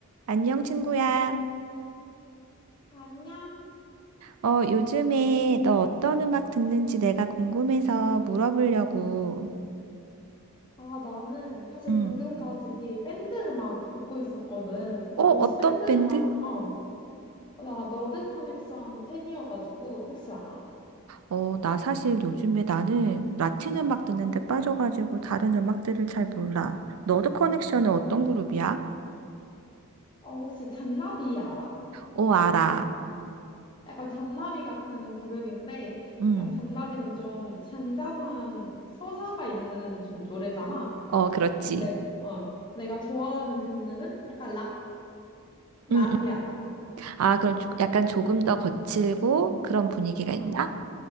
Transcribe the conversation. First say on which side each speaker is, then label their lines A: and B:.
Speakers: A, on the right; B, on the left.
A: 안녕, 친구야.
B: 안녕?
A: 어, 요즘에 너 어떤 음악 듣는지 내가 궁금해서 물어보려고.
B: 아, 나는 사실
A: 응.
B: 방금까지 밴드 음악 듣고 있었거든.
A: 어,
B: 너 혹시
A: 어떤
B: 밴드 음악,
A: 밴드?
B: 어, 나 너드 커넥션 팬이어가지고, 혹시 알아?
A: 어, 나 사실 요즘에 나는 라틴 음악 듣는데 빠져가지고 다른 음악들을 잘 몰라. 너드 커넥션은 어떤 그룹이야?
B: 어, 혹시 잔나비 알아?
A: 어, 알아.
B: 약간 잔나비 같은 그룹인데,
A: 응.
B: 약간 잔나비는 좀 잔잔한 서사가 있는 좀 노래잖아.
A: 어, 그렇지.
B: 근데, 어, 내가 좋아하는 밴드는 약간 락, 락이야,
A: 응, 응.
B: 락.
A: 아, 그럼 조- 약간 조금 더 거칠고 그런 분위기가
B: 어,
A: 있나?